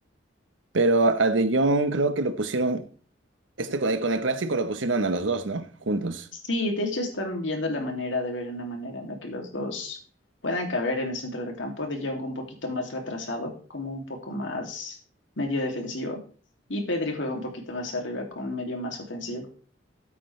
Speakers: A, on the right; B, on the left.
A: Pero a De Jong creo que lo pusieron, este con el, con el clásico lo pusieron a los dos, ¿no? Juntos.
B: Sí, de hecho están viendo la manera de ver una manera en la que los dos puedan caber en el centro del campo, de Jong un poquito más retrasado, como un poco más medio defensivo, y Pedri juega un poquito más arriba con un medio más ofensivo.